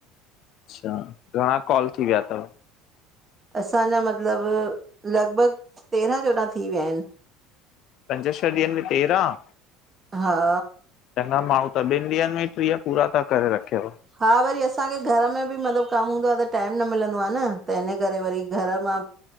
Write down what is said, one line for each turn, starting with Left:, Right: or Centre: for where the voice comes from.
Left: अच्छा घणा कॉल थी वया थव?
Right: असांजा मतलब लॻभॻ तेरहां चौड़ा थी वया आयन।
Left: पंज छह ॾींयन में तेराहं?
Right: हा
Left: चंगा माणू त ॿिन ॾींयन में ई ट्रिय पुरा ता करे रखेव।
Right: हा वरी असांखे घर में ॿि मतलब कम हूंदो आ त टाइम न मिलंदो आ न त इन करे वरी। घर मां